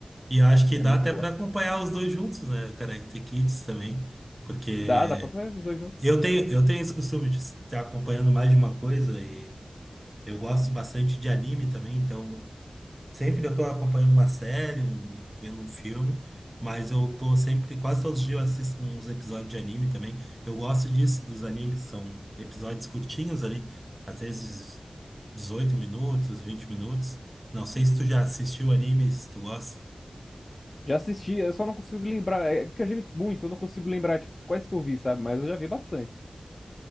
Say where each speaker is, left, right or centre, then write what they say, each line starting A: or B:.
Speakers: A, on the right; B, on the left.
A: E acho que
B: É
A: dá
B: muito
A: até
B: boa.
A: pra acompanhar os dois juntos, né, cara? Karate Kids também, porque
B: Dá, dá pra fazer os dois juntos.
A: Eu tenho, eu tenho esse costume de estar acompanhando mais de uma coisa e eu gosto bastante de anime também, então sempre eu estou acompanhando uma série, um- vendo um filme, mas eu tô sempre, quase todos os dias eu assisto uns episódios de anime também. Eu gosto disso, dos animes, são episódios curtinhos ali, às vezes 18 minutos, 20 minutos. Não sei se tu já assistiu anime, se tu gosta.
B: Já assisti, eu só não consigo lembrar. É que eu já vi muito, eu não consigo lembrar, tipo, quais que eu vi, sabe? Mas eu já vi bastante.